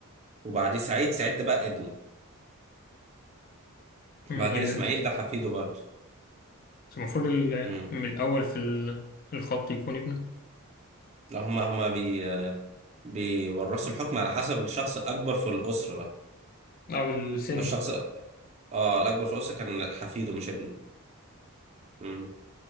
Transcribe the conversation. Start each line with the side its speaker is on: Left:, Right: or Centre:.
Right: وبعديه سعيد سعيد ده بقى ابنه
Left: أمم،
Right: بعدين
Left: إذن
Right: إسماعيل ده حفيده برضه
Left: المفروض ال-
Right: امم
Left: من الأول في ال- الخط يكون ابنه
Right: لا هما هما بي بيورثوا الحكم على حسب الشخص الأكبر في الأسرة
Left: أو السن
Right: فالشخص اه الأكبر في الأسرة كان حفيده مش ابنه امم